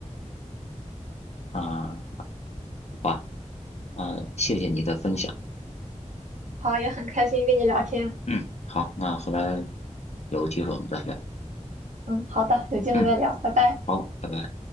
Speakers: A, on the left; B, on the right.
A: 啊，好吧啊，谢谢你的分享，
B: 好，也很开心跟你聊天，
A: 嗯，好，那回来有机会我们再聊，
B: 嗯，好的，有机会再聊，
A: 嗯，
B: 拜拜。
A: 好，拜拜。